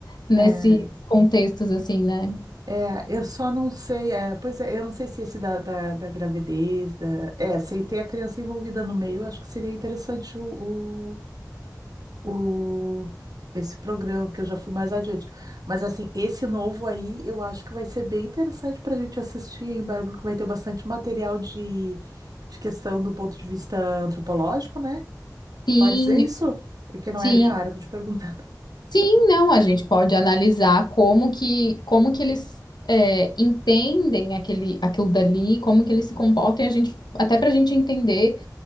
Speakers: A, on the left; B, on the right.
A: nesses
B: é.
A: contextos assim, né?
B: É, eu só não sei, é, pois é, eu não sei se esse da, da, da gravidez, da, é, sem ter a criança envolvida no meio, eu acho que seria interessante o, o, o- esse programa, que eu já fui mais adiante. Mas assim, esse novo aí, eu acho que vai ser bem interessante para a gente assistir, hein, Bárbara, porque vai ter bastante material de, de questão do ponto de vista antropológico, né?
A: Sim,
B: Pode dizer isso? É que não
A: sim,
B: é minha área, tô te perguntando.
A: sim, não, a gente pode analisar como que como que eles é, entendem aquele aquilo dali, como que eles se comportam, e a gente até para a gente entender